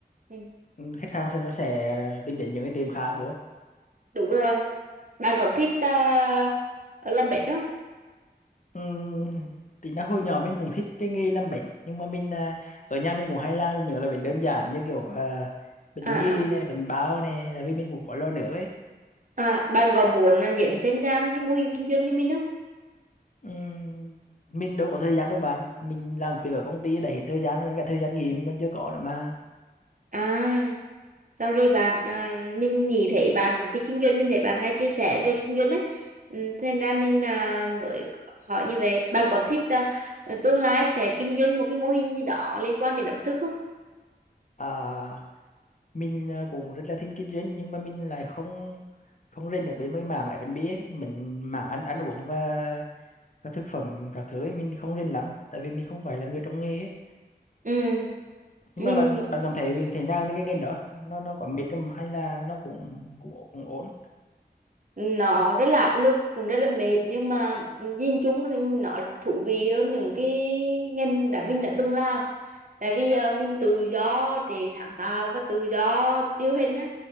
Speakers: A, on the right; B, on the left.
A: Ừ,
B: Ừ, Khách hàng sẽ nó sẽ tìm đến những cái tiệm khác đúng không?
A: đúng rồi bạn còn thích ờ, làm bệnh không
B: Ừm, thì nó hồi nhỏ mình cũng thích cái nghề làm bánh nhưng mà mình à, ở nhà mình cũng hay làm những loại bánh đơn giản như kiểu à, bánh
A: à
B: mì
A: à
B: này bánh bao này là vì mình cũng có lo nước ấy
A: à bạn có muốn à, dẫn sinh ra cái mô hình kinh doanh như mình không
B: Ừm, mình đâu có thời gian đâu bạn mình làm việc ở công ty đã hết thời gian nên cả thời gian nghỉ mình còn chưa có nữa mà
A: à sorry bạn à, mình nghĩ thấy bạn cũng thích kinh doanh mình thấy bạn hay chia sẻ về kinh doanh ấy ừ, thế nên ra mình à, mới hỏi như vậy bạn có thích à, tương lai sẽ kinh doanh một cái mô hình gì đó liên quan đến ẩm thực không
B: à, mình à, cũng rất là thích kinh doanh nhưng mà mình lại không không rên ở bên mấy mảng ở bên bia ấy mình mảng ăn ăn uống và và thực phẩm các thứ ấy mình không rên lắm tại vì mình không phải là người trong nghề ấy
A: ừ
B: nhưng
A: mình
B: mà bạn bạn cảm thấy vì thế nào với cái ngành đó nó nó có mệt không hay là nó cũng cũng ổ- cũng ổn
A: nó rất là áp lực cũng rất là mệt nhưng mà nhìn chung thì nó thú vị hơn những cái ngành đã mình đã từng làm tại vì à, mình tự do để sáng tạo và tự do điều hình á